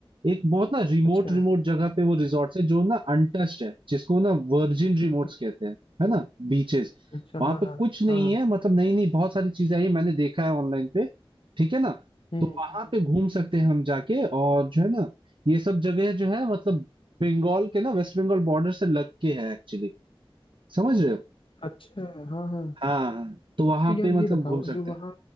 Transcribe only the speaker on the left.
अच्छा
हम्म, हम्म,
अच्छा
हाँ
हाँ
हाँ हाँ
हम्म
हम्म,
अच्छा हाँ हाँ
तो यार
ये बताओ
जो
वहाँ